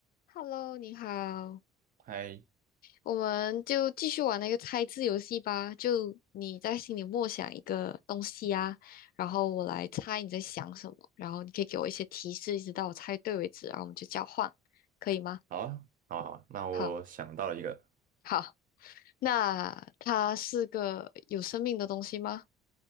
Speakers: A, on the left; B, on the right.
A: Hello，你好，
B: 嗨，
A: 我们就继续玩那个猜字游戏吧。就你在心里默想一个东西啊，然后我来猜你在想什么，然后你可以给我一些提示，一直到我猜对为止，然后我们就交换，可以吗？
B: 好啊，好啊，好啊那我想到了一个，
A: 好，好。那它是个有生命的东西吗？